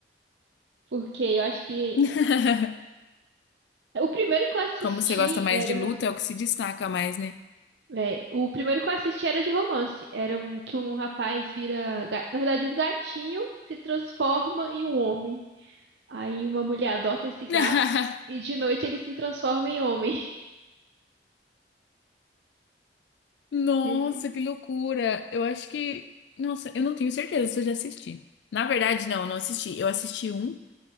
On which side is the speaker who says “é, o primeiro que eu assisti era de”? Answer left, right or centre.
Right